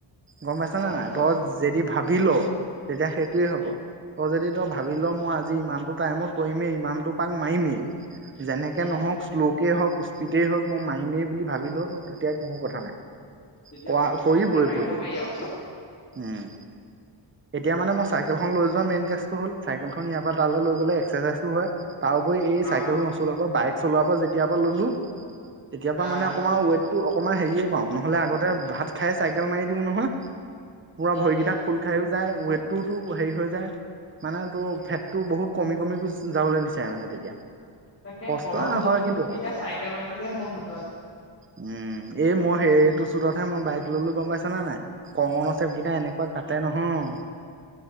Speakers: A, on the right; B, on the left.
A: গম পাইছ
B: জানো
A: নে নাই?
B: আৰু
A: তই যদি ভাবি লঃ তেতিয়া সেইটোয়ে হ'ব। তই যদি তই ভাবি লঃ মই আজি ইমানতো টাইমত কৰিমেই, ইমানটো পাক মাৰিমে, যেনেকে
B: উম
A: নহওঁক শ্বলো কে হওঁক, স্পিদে হওঁক মাৰিমেই বুলি ভাবিলহ তেতিয়া কোনো কথা নাই।
B: তেতিয়া
A: কোৱা।
B: কোনো
A: কোৱা
B: কথা
A: কৰিবই
B: নাই তেতিয়া মাৰি
A: প্ৰদী।
B: দিব পাৰি আৰু
A: উম,
B: উম
A: এতিয়া মানে মই চাইকেল এইখন লৈ যোৱা মেইন কেচটো হ'ল চাইকেলখন ইয়াৰ পৰা তালে লৈ গ'লে এক্সেৰচাইজটো হয়। তাৰ উপৰি এই চাইকেল
B: অ
A: নচলোৱাৰ পৰা বাইক চলোৱাৰ পৰা যেতিয়াৰ পৰা ল'লো তেতিয়া পা
B: অ
A: মানে অকমা
B: অ
A: ৱেটটো অ অকমান হেৰিয়ে পাওঁ, নহ'লে আগতে ভাত খাই চাইকেল মাৰি দিওঁ নহয়। পুৰা
B: উম
A: ভৰিকেইটা
B: উম উম
A: খোল খাইয়ো যায়, ৱেটতোওটো হেৰি হৈ যায় মানে তোৰ ফেটটো বহুত কমি <unintelligible> যাবলে বিচাৰে মানে তেতিয়া।
B: তাকে
A: কষ্ট
B: গৰম যিটো
A: হয় কিন্তু
B: হৈছে এতিয়া চাইকেল মাৰিবলে মন নোযো
A: উম, এই মই সেইটো চোতটহে মই বাইক ল'লো, গম পাইছ নে নাই? কৰঙনৰ চেপকেইটা এনেকুৱা কাটে নহয়।